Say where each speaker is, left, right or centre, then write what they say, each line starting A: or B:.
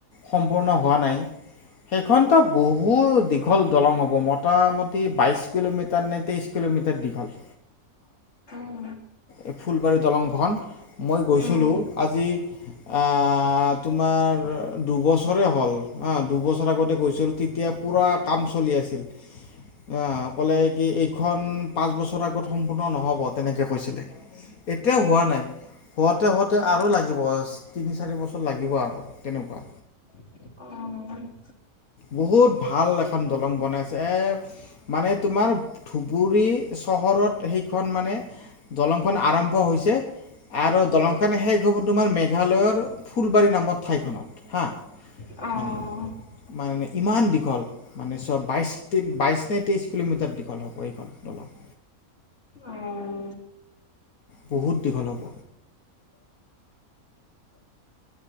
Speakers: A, on the left (about 75°); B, on the left (about 50°).
A: সম্পূৰ্ণ হোৱা নাই। সেইখনতো বহুত দীঘল দলং হ'ব মোটামুটি বাইশ কিলোমিটাৰ নে তেইশ কিলো মিটাৰ দীঘল
B: উম
A: এই ফুলবাৰী দলংখন, মই গৈছিলোঁ
B: উম,
A: আজি আহহ তোমাৰ দুবছৰে হ'ল হা, দুবছৰ আগতে গৈছিলো তেতিয়া পুৰা কাম চলি আছিল। আহ ক'লে কি এইখন পাঁচ বছৰ আগত সম্পূৰ্ণ নহব, তেনেকে কৈছিলে। এতিয়াও হোৱা নাই। হওতে হওতে আৰু লাগিব তিনি চাৰি বছৰ লাগিব আৰু তেনেকুৱা।
B: অ' উম।
A: বহুত ভাল এখন দলং বনাইছে এ, মানে তোমাৰ ধুবুৰী চহৰত সেইখন মানে, দলংখন আৰম্ভ হৈছে। আৰু দলংখন শেষ হ'ব তোমাৰ মেঘালয়ৰ ফুলবাৰী নামৰ ঠাইখনত হা।
B: অ'।
A: মানে মানে ইমান দীঘল, মানে চব বাইছ বাইছ নে তেইছ কিলোমিটাৰ দীঘল হ'ব এইখন দলং।
B: অ'।
A: বহুত দীঘল হ'ব।